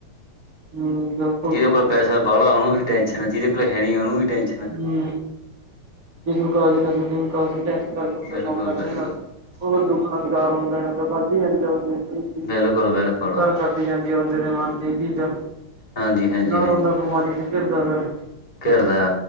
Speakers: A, on the right (about 45°); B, on the left (about 20°).
A: ਹੂੰ।
B: ਜਿਹਦੇ ਕੋਲ ਪੈਸਾ ਬੜਾ ਉਹਨੂੰ ਵੀ ਟੈਸ਼ਨ ਜਿਹਦੇ ਕੋਲ ਹੈ ਨਹੀਂ ਉਹਨੂੰ ਵੀ ਟੈਸ਼ਨ।
A: ਹੂੰ ਕਿਸੇ ਨੂੰ ਕਾਂਹਦਿ ਟੈਸ਼ਨ ਕਿਸੇ ਨੂੰ ਕਾਂਹਦਿ ਟੈਂਸ਼ਨ ਕਰਕੇ। <unintelligible>
B: ਬਿਲਕੁਲ ਬਿਲਕੁਲ
A: ਉਹ ਦੁੱਗਣਾ ਸੁਿਕਾਰ ਹੁੰਦਾ ਯਾ ਤਾ ਵੱਧਦੀ ਜਾਂਦੀ ਆ। <unintelligible>
B: ਬਿਲਕੁਲ ਬਿਲਕੁਲ
A: ਘਰ ਕਰਦੀ ਜਾਂਦੀ ਆ ਬੰਦੇ ਦੇ ਮਨ ਚ ਇਹ ਚੀਜ਼ਾਂ।
B: ਹਾਂਜੀ ਹਾਂਜੀ
A: ਜਿਹੜਾ ਬੰਦਾ ਬਿਮਾਰੀ ਚ ਘਿਰਦਾ ਫਿਰ।
B: ਘਿਰਦਾ।